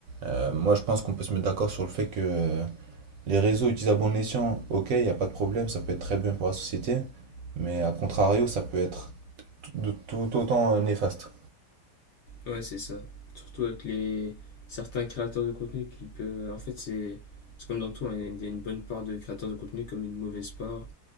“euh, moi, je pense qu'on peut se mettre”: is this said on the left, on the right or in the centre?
Right